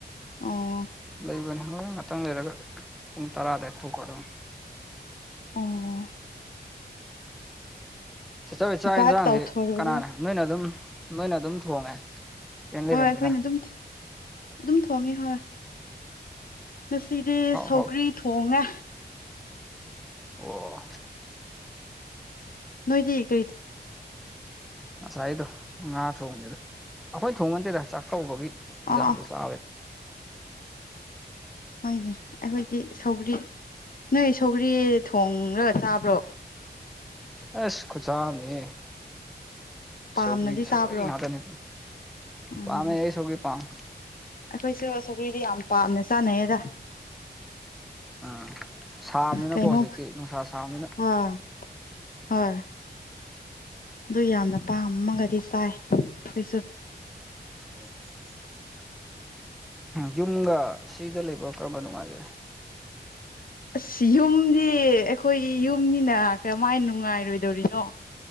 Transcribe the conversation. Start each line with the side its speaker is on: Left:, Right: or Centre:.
Left: ꯑꯣ
Centre: ꯂꯩꯒꯅꯤ ꯍꯣꯏ ꯉꯥꯛꯇꯪ ꯂꯩꯔꯒ ꯄꯨꯡ ꯇꯔꯥꯗ ꯊꯣꯛꯈꯣ ꯑꯗꯨꯝ
Left: ꯑꯣ
Centre: ꯁꯤꯆꯧ ꯆꯥꯛ
Left: ꯚꯥꯏꯞ
Centre: ꯌꯦꯟꯁꯥꯡꯁꯤ
Left: ꯇꯧꯊꯣꯔꯨꯔꯣ
Centre: ꯀꯅꯥꯅꯦ ꯅꯣꯏꯅ ꯑꯗꯨꯝ ꯅꯣꯏꯅ ꯑꯗꯨꯝ ꯊꯣꯡꯉꯦ ꯔꯦꯟ ꯂꯩꯔꯝꯅꯤꯅ
Left: ꯍꯣꯏ ꯑꯩꯈꯣꯏꯅ ꯑꯗꯨꯝ ꯑꯗꯨꯝ ꯊꯣꯡꯉꯦ ꯍꯣꯏ ꯉꯁꯤꯗꯤ
Centre: ꯍꯥꯎ
Left: ꯁꯧꯒ꯭ꯔꯤ
Centre: ꯍꯥꯎ
Left: ꯊꯣꯡꯉꯦ
Centre: ꯑꯣ
Left: ꯅꯣꯏꯗꯤ ꯀꯔꯤ
Centre: ꯉꯁꯥꯏꯒꯤꯗꯣ ꯉꯥ ꯊꯣꯡꯕꯅꯤ ꯑꯗ ꯑꯩꯈꯣꯏꯅ ꯊꯣꯡꯉꯗꯦꯗ ꯆꯥꯛꯀꯧꯕꯒꯤ ꯏ
Left: ꯑꯥ ꯑꯥ
Centre: ꯁꯥ
Left: ꯍꯣꯏꯅꯦ ꯑꯩꯈꯣꯏꯗꯤ ꯁꯧꯒ꯭ꯔꯤ ꯅꯣꯏ ꯁꯧꯒ꯭ꯔꯤ ꯊꯣꯡꯡꯂꯒ ꯆꯥꯕ
Centre: ꯑꯁ ꯈꯨꯁꯨꯅꯤ
Left: ꯄꯥꯝꯅꯗꯤ
Centre: ꯁꯧꯒꯔꯤ ꯁꯧꯔꯤ
Left: ꯆꯥꯕ꯭ꯔꯣ
Centre: ꯉꯍꯇꯅꯤ
Left: ꯎꯝ
Centre: ꯄꯥꯝꯃꯦ ꯁꯧꯒꯔꯤ ꯄꯥꯝ
Left: ꯑꯩꯈꯣꯏꯁꯨ ꯁꯧꯒ꯭ꯔꯤꯗꯤ ꯌꯥꯝ ꯄꯥꯝꯅ ꯆꯥꯅꯩꯌꯦꯗ
Centre: ꯑꯥ ꯁꯥꯕꯅꯤꯅꯀꯣ
Left: ꯀꯩꯅꯣ
Centre: ꯍꯧꯖꯤꯛꯇꯤ ꯅꯨꯡꯁꯥ ꯁꯥꯝꯅꯤꯅ
Left: ꯍꯣꯏ ꯍꯣꯏ ꯑꯗꯨ ꯌꯥꯝꯅ ꯄꯥꯝꯃꯒꯗꯤ ꯆꯥꯏ ꯑꯩꯩꯁꯨ
Centre: <inaudible> ꯌꯨꯝꯒ ꯁꯤꯗ ꯂꯩꯕ ꯀꯔꯝꯕ ꯅꯨꯡꯉꯥꯏꯒꯦ
Left: ꯑꯁ ꯌꯨꯝꯗꯤ ꯑꯩꯈꯣꯏꯒꯤ ꯌꯨꯝꯅꯤꯅ ꯀꯃꯥꯏꯅ ꯅꯨꯡꯉꯥꯏꯔꯣꯏꯗꯧꯔꯤꯅꯣ